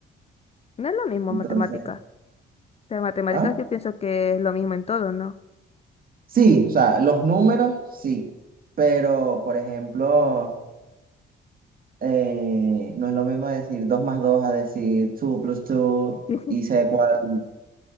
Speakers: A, on the left; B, on the right.
A: No es lo mismo
B: Entonces,
A: matemáticas. O sea, matemáticas
B: ¿ah?
A: yo pienso que es lo mismo en todo, ¿no?
B: Sí, o sea, los números, sí, pero por ejemplo, eh, no es lo mismo decir 2 más 2 a decir 2 plus 2
A: <laughs>
B: y sé cuál